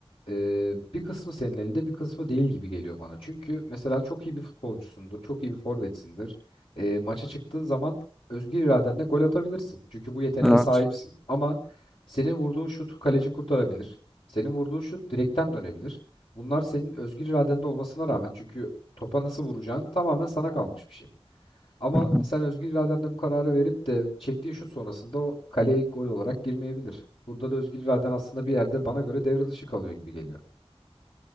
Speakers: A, on the left (about 60°); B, in the centre.
A: Ee, bir kısmı senin elinde bir kısmı değil gibi geliyor bana. Çünkü mesela çok iyi bir futbolcusundur. Çok iyi bir forvetsindir. Ee, maça çıktığın zaman özgür iradenle gol atabilirsin. Çünkü bu yeteneğe
B: Evet.
A: sahipsin. Ama senin vurduğun şut kaleci kurtarabilir. Senin vurduğun şut direkten dönebilir. Bunlar senin özgür iradende olmasına rağmen çünkü topa nasıl vuracağın tamamen sana kalmış bir şey. Ama
B: Hı hı.
A: sen özgür iradenle bu kararı verip de çektiğin şut sonrasında o kaleye gol olarak girmeyebilir. Burada da özgür iraden aslında bir yerde bana göre devre dışı kalıyor gibi geliyor.